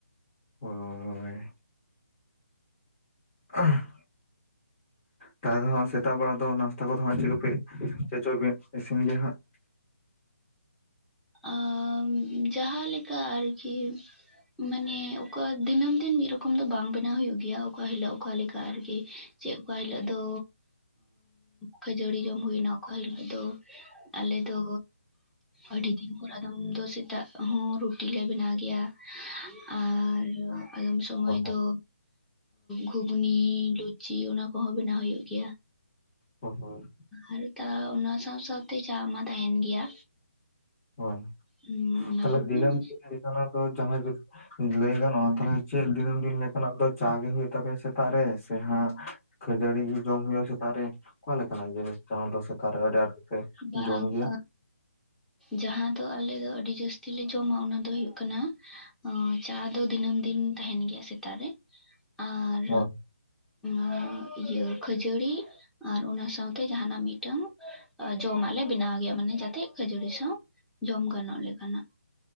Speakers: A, on the left; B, in the centre.
A: ᱚ ᱦᱳᱭ <inaudible> ᱛᱟᱦᱞᱮ ᱫᱚ ᱦᱟᱸᱜ ᱥᱮᱛᱟᱜ ᱵᱮᱲᱟ ᱫᱚ ᱱᱟᱥᱛᱟ ᱠᱚᱫᱚ ᱦᱟᱸᱜ ᱪᱮᱫ ᱠᱚᱯᱮ ᱪᱮᱫ ᱪᱚ ᱤᱥᱤᱱ ᱜᱮᱭᱟ ᱦᱟᱸᱜ
B: ᱟᱻᱡᱟᱦᱟᱸ ᱞᱮᱠᱟ ᱟᱨᱠᱤ ᱢᱟᱱᱮ ᱚᱠᱟ ᱫᱤᱱᱟᱹᱢ ᱫᱤᱱ ᱢᱤᱫ ᱨᱚᱠᱚᱢ ᱫᱚ ᱵᱟᱝ ᱵᱮᱱᱟᱣ ᱦᱳᱭᱳᱜ ᱜᱮᱭᱟ ᱚᱠᱟ ᱦᱤᱞᱳᱜ ᱚᱠᱟ ᱞᱮᱠᱟ ᱟᱨᱠᱤ ᱪᱮᱫ ᱚᱠᱟ ᱦᱤᱞᱳᱜ ᱫᱚ ᱠᱷᱟᱹᱡᱟᱹᱲᱤ ᱡᱚᱢ ᱦᱩᱭᱱᱟ ᱚᱠᱟ ᱦᱤᱞᱳᱜ ᱫᱚ ᱟᱞᱮᱫᱚ ᱟᱹᱰᱤ ᱫᱤᱱ ᱯᱚᱨ ᱟᱫᱚ ᱫᱚ ᱥᱮᱛᱟᱜ ᱦᱚᱸ ᱨᱩᱴᱤᱞᱮ ᱵᱮᱱᱟᱣ ᱜᱮᱭᱟ ᱟᱨ ᱟᱫᱚᱢ ᱥᱚᱢᱚᱭ
A: ᱚ
B: ᱫᱚ ᱜᱷᱩᱜᱽᱱᱤ ᱞᱩᱪᱤ ᱚᱱᱟ ᱠᱚᱦᱚᱸ ᱵᱮᱱᱟᱣ ᱦᱩᱭᱩᱜ ᱜᱮᱭᱟ᱾
A: ᱦ ᱦᱚᱸ <unintelligible>
B: ᱟᱨ ᱛᱟ ᱚᱱᱟ ᱥᱟᱶ ᱥᱟᱶᱛᱮ ᱪᱟ ᱢᱟ ᱛᱟᱦᱮᱱ ᱜᱮᱭᱟ᱾
A: ᱦᱳᱭ
B: ᱦᱩᱸ ᱚᱱᱟ
A: ᱛᱟᱦᱞᱮ
B: ᱠᱚᱜᱮ
A: ᱫᱤᱱᱟᱹᱢ
B: ᱢᱟᱱᱮ
A: ᱫᱤᱱ ᱫᱚ ᱡᱟᱦᱟᱸ ᱞᱟᱹᱭ ᱜᱟᱱᱚᱜᱼᱟ ᱛᱟᱦᱞᱮ ᱪᱮᱫ ᱫᱤᱱᱟᱹᱢ ᱫᱤᱱ ᱞᱮᱠᱟᱱᱟᱜ ᱫᱚ ᱪᱟ ᱜᱮ ᱦᱩᱭᱩᱜ ᱛᱟᱯᱮᱭᱟ ᱥᱮᱛᱟᱜ ᱨᱮ ᱥᱮ ᱦᱟᱸᱜ ᱠᱷᱟᱹᱡᱟᱹᱲᱤ ᱜᱮ ᱡᱚᱢ ᱦᱩᱭᱩᱜᱼᱟ ᱥᱮᱛᱟᱨ ᱨᱮ ᱚᱠᱟ ᱞᱮᱠᱟᱱᱟᱜ ᱡᱤᱱᱤᱥ ᱡᱟᱸᱦᱟ ᱫᱚ ᱥᱮᱛᱟᱜ ᱨᱮ ᱟᱹᱰᱤ ᱟᱸᱴ ᱜᱮᱯᱮ
B: ᱵᱟᱝ
A: ᱡᱚᱢ ᱜᱮᱭᱟ᱾
B: ᱟ, ᱡᱟᱦᱟᱸ ᱫᱚ ᱟᱞᱮ ᱫᱚ ᱟᱹᱰᱤ ᱡᱟᱹᱥᱛᱤ ᱞᱮ ᱡᱚᱢᱟ ᱚᱱᱟ ᱫᱚ ᱦᱩᱭᱩᱜ ᱠᱟᱱᱟ ᱪᱟ ᱫᱚ ᱫᱤᱱᱟᱹᱢ ᱫᱤᱱ ᱛᱟᱦᱮᱱ ᱜᱮᱭᱟ ᱥᱮᱛᱟᱜ ᱨᱮ ᱟᱨ
A: ᱦᱳᱭ
B: ᱟᱨ ᱤᱭᱟᱹ ᱠᱷᱟᱹᱡᱲᱤ ᱟᱨ ᱚᱱᱟ ᱥᱟᱶᱛᱮ ᱡᱟᱦᱟᱸᱱᱟᱜ ᱢᱤᱫᱴᱟᱝ ᱡᱚᱢᱟᱜ ᱞᱮ ᱵᱮᱱᱟᱣ ᱜᱮᱭᱟ ᱢᱟᱱᱮ ᱡᱟᱛᱮ ᱠᱷᱟᱹᱡᱟᱹᱲᱤ ᱥᱟᱶ ᱡᱚᱢ ᱜᱟᱱᱚᱜ ᱞᱮᱠᱟᱱᱟᱜ